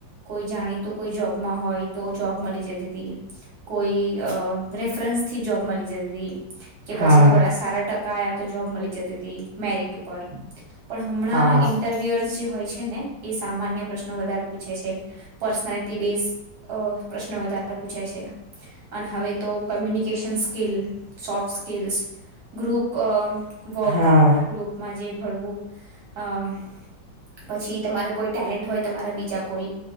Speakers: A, on the right; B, on the right.
A: કોઈ જાણીતું કોઈ જોબમાં હોય તો જોબ મળી જતી હતી કોઈ રેફરન્સ થી જોબ મળી જરૂરી કે પછી
B: હા.
A: થોડા સારા ટકા આયા તો જોબ મળી જતી હતી મેરિટ ઉપર પણ હમણાં
B: હા
A: ઇન્ટરવ્યુઅર્સ જે હોય છે ને એ સામાન્ય પ્રશ્નો વધારે પૂછે છે પર્સનાલિટી બેઝ પ્રશ્નો વધારે પૂછે છે અને હવે તો communication skill soft skills group work
B: હા
A: ગ્રુપમાં જે ભણવું હમ પછી તમારે કોઈ ટેલેન્ટ હોય તમારા બીજા કોઈ